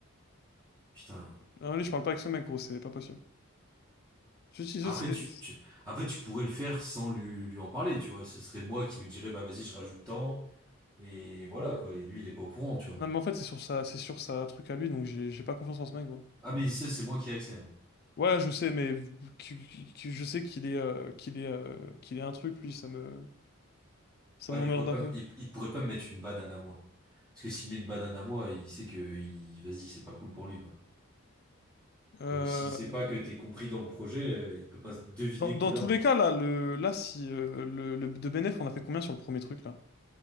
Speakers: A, on the right; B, on the left.
A: Putain.
B: Non, lui, je parle pas avec ce mec, gros, c'est pas possible. Je dis, je-
A: Après
B: c'est des-
A: tu, tu- après tu pourrais le faire sans lui lui en parler, tu vois. Ce serait moi qui lui dirais bah vas-y je rajoute tant et voilà quoi. Et lui il est pas au courant, tu vois.
B: Non, mais en fait, c'est sur sa, c'est sur sa truc à lui, donc j'ai j'ai pas confiance en ce mec, gros.
A: Ah mais ça c'est moi qui ai accès. hein.
B: Ouais, je sais, mais qui- qui- qui- je sais qu'il est, euh, qu'il est, euh, qu'il est un truc, lui, ça me, ça
A: Ouais
B: m'emmerde
A: mais il pourrait
B: un
A: pas
B: peu.
A: me- il, il pourrait pas me mettre une banane à moi. Parce que s'il met une banane à moi, il sait que il vas-y c'est pas cool pour lui quoi.
B: Euh,
A: Donc s'il sait pas que t'es compris dans le projet, euh, il peut pas deviner
B: Dans, dans
A: que t'es là.
B: tous
A: hein.
B: les cas, là, le, là, si euh, le, le- de bénéf, on a fait combien sur le premier truc, là?